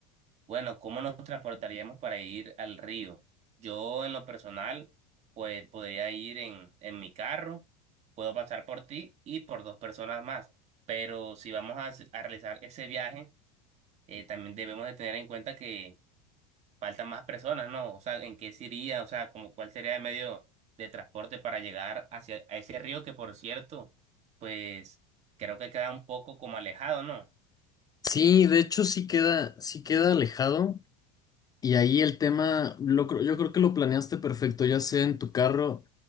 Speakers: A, on the right (about 40°); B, on the left (about 20°).
A: Bueno, ¿cómo nos transportaríamos para ir al río? Yo en lo personal, pues podría ir en, en mi carro, puedo pasar por ti y por dos personas más, pero si vamos a, hace- a realizar ese viaje, eh, también debemos de tener en cuenta que faltan más personas, ¿no? O sea, ¿en qué se iría? O sea, como cuál sería el medio de transporte para llegar hacia a ese río que, por cierto, pues creo que queda un poco como alejado, ¿no?
B: Sí, de hecho sí queda, sí queda alejado y ahí el tema, lo creo- yo creo que lo planeaste perfecto, ya sea en tu carro